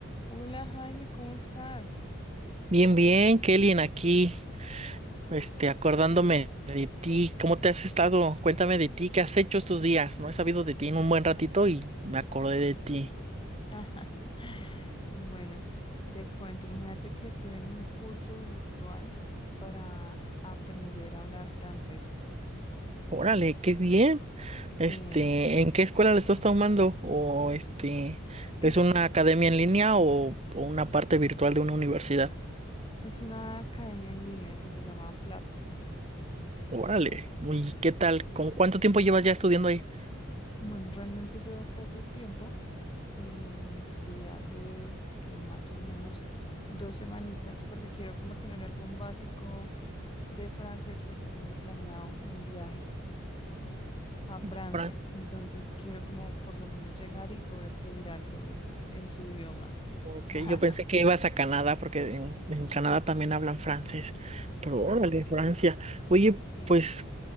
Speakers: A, on the left (about 25°); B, on the right (about 30°).
A: Hola Jaime, ¿cómo estás?
B: Bien, bien, Kelly, aquí, este, acordándome de ti, ¿cómo te has estado? Cuéntame de ti, ¿qué has hecho estos días? No he sabido de ti en un buen ratito y me acordé de ti.
A: <laughs> Bueno, te cuento, imagínate que estoy en un curso virtual para aprender a hablar francés.
B: Órale, qué bien. Este,
A: Sí,
B: ¿en qué escuela le estás tomando? O este,
A: es,
B: ¿es una academia en línea o, o una parte virtual de una universidad?
A: es una academia en línea que se llama Platzi.
B: Órale, ¿y qué tal? con cuánto tiempo llevas ya estudiando ahí?
A: Bueno, realmente llevo poco tiempo, eh, me inscribí hace que más o menos dos semanitas porque quiero como tener algún básico de francés porque tengo planeado un viaje. a Francia.
B: Órale,
A: Entonces quiero como por lo menos llegar y poder pedir algo en, en su idioma.
B: Ok,
A: <laughs>
B: yo pensé que ibas a Canadá porque en, en Canadá también hablan francés, pero órale, Francia. Oye,
A: Sí,
B: pues